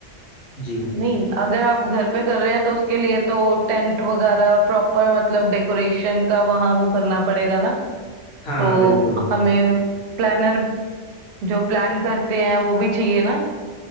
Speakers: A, on the left (about 55°); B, on the right (about 65°).
A: जी
B: नहीं अगर आप घर पे कर रहे हैं तो उसके लिए तो टेंट वगैरह प्रॉपर मतलब डेकोरेशन का वहाँ वो करना पड़ेगा ना
A: हाँ
B: तो
A: हाँ बिल्कुल
B: हमें प्लानर जो प्लान करते हैं वो भी चाहिए ना